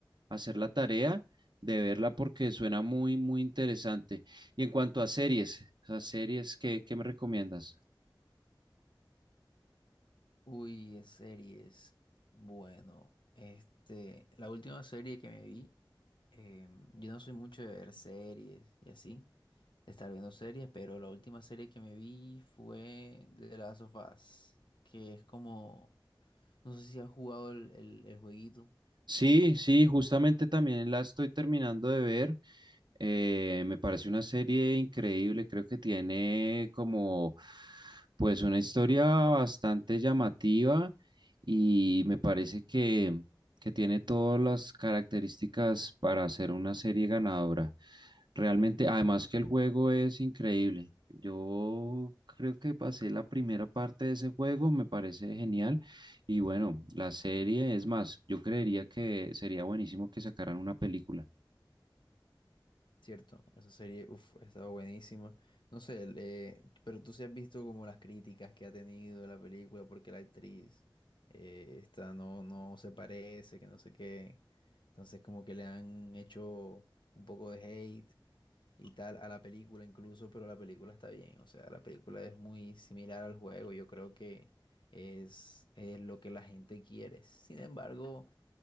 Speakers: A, on the right; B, on the left.
A: hacer la tarea de verla porque suena muy, muy interesante. Y en cuanto a series, a series, ¿qué, qué me recomiendas?
B: Uy, es series. Bueno, este, la última serie que me vi, em, yo no soy mucho de ver series y así, de estar viendo series, pero la última serie que me vi fue de las Last of Us, que es como, no sé si has jugado el, el- el jueguito,
A: Sí, sí, justamente también la estoy terminando de ver. Eh, me parece una serie increíble, creo que tiene como pues una historia bastante llamativa y me parece que, que tiene todas las características para ser una serie ganadora. Realmente, además que el juego es increíble. Yo creo que pasé la primera parte de ese juego, me parece genial. Y bueno, la serie, es más, yo creería que sería buenísimo que sacaran una película.
B: Cierto, esa serie, uff, ha estado buenísima. No sé, le- pero tú sí has visto como las críticas que ha tenido la película porque la actriz eh, esta no, no se parece, que no sé qué. Entonces como que le han hecho un poco de hate y tal a la película incluso, pero la película está bien. O sea, la película es muy similar al juego. Yo creo que es, es lo que la gente quiere. Sin embargo...